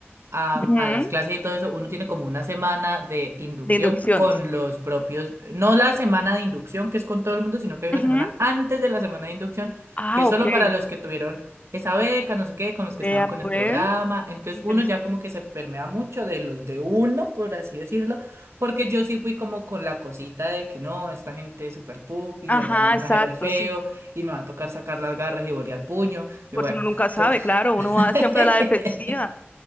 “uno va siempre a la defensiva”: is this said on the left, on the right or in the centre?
Left